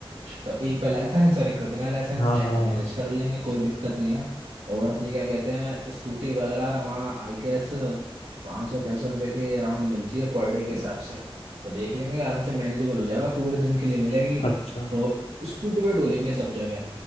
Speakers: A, on the right; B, on the left.
A: तो एक पे लाइसेंस और एक पे बिना लाइसेंस
B: हाँ
A: ऐसे
B: हाँ
A: मैनेज कर लेंगे कोई दिक्कत नहीं है और अपनी क्या कहते हैं स्कूटी वगैरह वहाँ आई गेस पाँच सौ छः सौ रुपये के अराउंड मिलती है पर डे के हिसाब से तो देख लेंगे आराम से मैनेजेबल हो जाएगा पूरे दिन के लिए मिलेगी
B: अच्छा
A: तो स्कूटी पे डोलेंगे सब जगह